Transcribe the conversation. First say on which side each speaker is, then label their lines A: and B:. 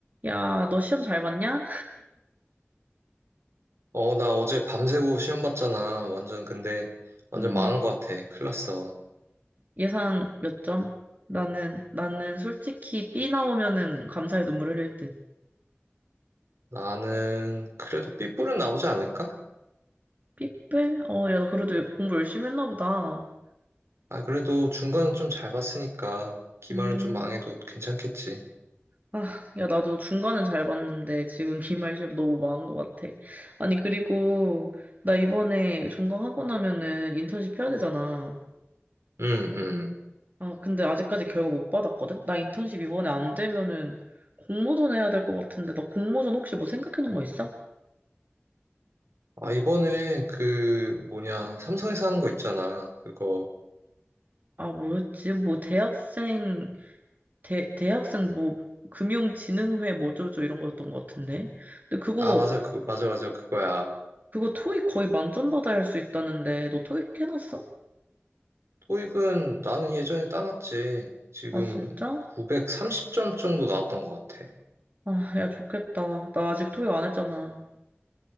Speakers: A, on the right; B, on the right.
A: 야, 너 시험 잘 봤냐?
B: 어, 나 어제 밤새고 시험 봤잖아. 완전, 근데, 완전
A: 음,
B: 망한 것 같아. 큰일 났어.
A: 예상 몇 점? 나는, 나는 솔직히 B 나오면은 감사의 눈물 흘릴 듯.
B: 나는, 그래도 삐뿔은 나오지 않을까?
A: 삐뿔? 어, 야, 나 그래도 공부 열심히 했나 보다.
B: 아, 그래도 중간은 좀 잘 봤으니까, 기말은
A: 음,
B: 좀 망해도 괜찮겠지.
A: 아, 야, 나도 중간은 잘 봤는데 지금 기말 시험 너무 망한 것 같아. 아니, 그리고 나 이번에 종강하고 나면은 인턴십 해야 되잖아.
B: 응, 응.
A: 아, 근데 아직까지 결과 못 받았거든? 나 인턴십 이번에 안 되면은 공모전 해야 될 것 같은데 나 공모전 혹시 뭐 생각해 놓은 거 있어?
B: 아, 이번에, 그, 뭐냐, 삼성에서 하는 거 있잖아. 그거.
A: 아, 뭐였지? 뭐, 대학생, 대, 대학생 뭐, 금융진흥회 뭐 어쩌고저쩌고 이런 거였던 것 같은데. 근데 그거,
B: 아, 맞아, 그, 맞아, 맞아, 그거야.
A: 그거 토익 거의 만점 받아야 할 수 있다는데, 너 토익 해놨어?
B: 토익은 나는 예전에 따놨지. 지금
A: 아, 진짜?
B: 930점 정도 나왔던 것 같아.
A: 아, 야, 좋겠다. 나 아직 토익 안 했잖아.